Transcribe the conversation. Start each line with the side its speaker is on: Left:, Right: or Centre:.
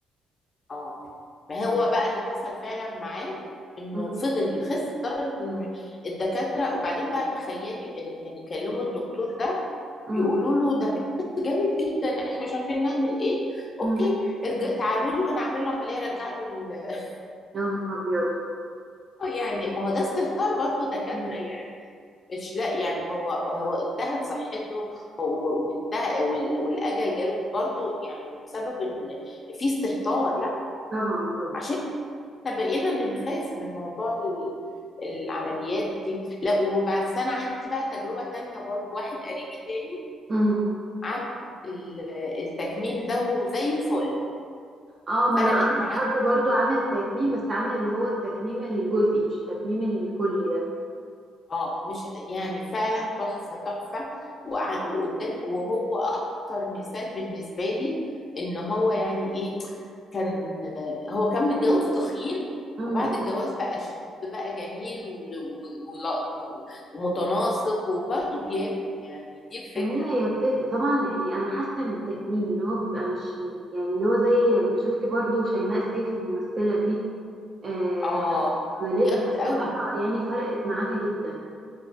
Left: اه ما هو بقى اللي حصل فعلا معاه انه
Right: مم.
Left: فضل يخس لدرجه ان الدكاتره وبعدين بقى تخيلي آه، يعني كلموا الدكتور ده
Right: مم.
Left: يقولوا له ده بيخس جامد جدا احنا مش عارفين نعمل ايه
Right: مم.
Left: اوكي ارجع تعالوا لي وانا اعمل له عمليه ارجع له ال-
Right: يا نهار ابيض
Left: آه، يعني ما هو ده استهتار برضه دكاتره
Right: مم.
Left: يعني مش لا يعني هو هو انتهت صحته هو وانتهى وال- والاجل جاله برضه يعني بسبب ان في استهتار لا
Right: طبعا طبعا
Left: عشان احنا بقينا بنخاف من موضوع ال- العمليات دي لا وبس انا عندي بقى تجربة تانية برضو واحد قريبي تاني
Right: مم.
Left: عمل ال- التكميم ده وزي الفل
Right: اه
Left: فرقت
Right: ما انا اعرف
Left: معاه
Right: حد برضو عامل التكميم بس عامل اللي هو التكميم الجزئي مش التكميم الكلي ده
Left: اه مش يعني فعلا تحفة تحفة وع- وقدام وهو اكتر مثال بالنسبة لي ان هو يعني ايه كان هو كان متجوز تخين
Right: مم.
Left: وبعد الجواز بقى شاب بقى جميل و- و- ولا- و- ومتناسق وبرضه بياكل يعني دي الفكرة
Right: ما هي يتفق طبعا يعني انا حاسه ان التكميم اللي هو بيبقى مش مش يعني اللي هو زي شفتي برضو شيماء سيف الممثله دي آه
Left: اه
Right: عملتها
Left: جامد
Right: بصراحه
Left: قوي
Right: يعني فرقت معاها جدا